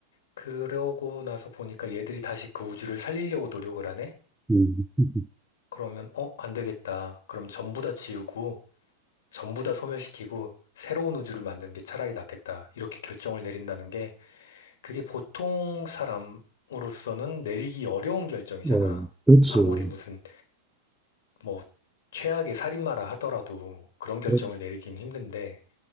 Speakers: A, on the left; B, in the centre.
A: 그러고 나서 보니까 얘들이 다시 그 우주를 살리려고 노력을 하네?
B: 음, <laughs>
A: 그러면 어, 안 되겠다. 그럼 전부 다 지우고 전부 다 소멸시키고 새로운 우주를 만드는 게 차라리 낫겠다. 이렇게 결정을 내린다는 그게 보통 사람으로서는 내리기 어려운 결정이잖아.
B: 어, 그렇지.
A: 아무리 무슨 뭐 최악의 살인마라 하더라도 그런 결정을
B: 그렇-
A: 내리긴 힘든데,